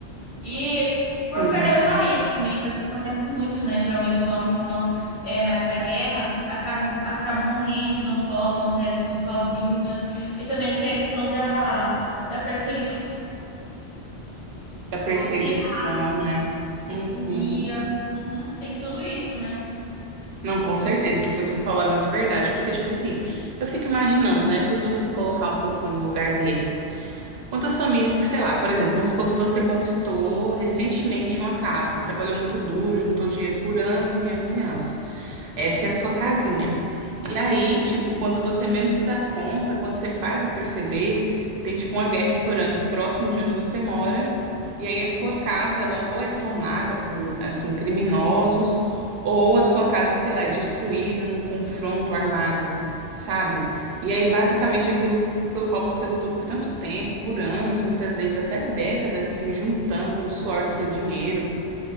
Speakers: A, on the left; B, on the right.
A: e
B: Sim.
A: por perder os maridos também, porque acontece muito, né? Geralmente os homens que vão é, mais pra guerra acabam, acabam morrendo, não voltam, as mulheres ficam sozinhas. E também tem a questão da, da perseguição
B: Da perseguição,
A: de raça,
B: né? Uhum.
A: etnia. Uhum, tem tudo isso, né?
B: Não, com certeza. Isso que você falou é muito verdade. Porque, tipo assim, eu fico imaginando, né? Se a gente fosse colocar um pouquinho no lugar deles. Quantas famílias que, sei lá, por exemplo, vamos supor que você conquistou recentemente uma casa. Você trabalhou muito duro, juntou dinheiro por anos e anos e anos. Essa é a sua casinha. E aí, tipo, quando você menos se dá conta, quando você para pra perceber, tem tipo uma guerra estourando próximo de onde você mora. E aí a sua casa, ela ou é tomada por, assim, criminosos, ou a sua casa, sei lá, é destruída num confronto armado, sabe? E aí, basicamente, aquilo pelo qual você lutou por tanto tempo, por anos, muitas vezes até décadas, assim, juntando do suor do seu dinheiro